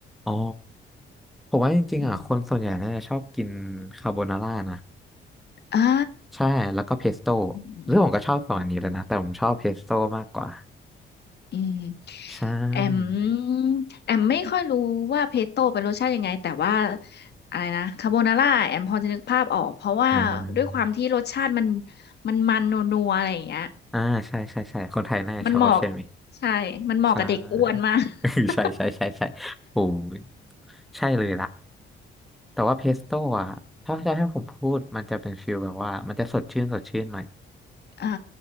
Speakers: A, in the centre; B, on the left.
A: อ๋อผมว่าจริงๆอ่ะคนส่วนใหญ่น่าจะชอบกิน
B: อืม
A: คาโบนาร่านะ
B: อ่า
A: ใช่ แล้วก็เพสโต้
B: อืมอืม
A: หรือผมก็ชอบสองอันนี้เลยนะ
B: อืม
A: แต่ผมชอบเพสโต้มากกว่า
B: อืม
A: ใช่
B: แอมแอมไม่ค่อยรู้ว่าเพสโต้เป็นรสชาติยังไงแต่ว่าอะไรนะคาโบนาร่าแอมพอจะนึกภาพออกเพราะว่าด้วยความที่รสชาติมัน
A: อ่า
B: มันมันนัวๆอะไรอย่างเงี้ย
A: อ่าใช่ใช่ใช่คนไทยน่าจะชอบใช่ไหม
B: มันเหมาะใช่มันเหมาะกับเด็กอ้วนมาก
A: ใช่ <laughs>
B: <laughs>
A: ใช่ใช่ใช่ใช่โอ้ยใช่เลยล่ะแต่ว่าเพสโต้อ่ะถ้าจะให้ผมพูดมันจะเป็นฟิลแบบว่ามันจะสดชื่นสดชื่นหน่อย
B: อ่า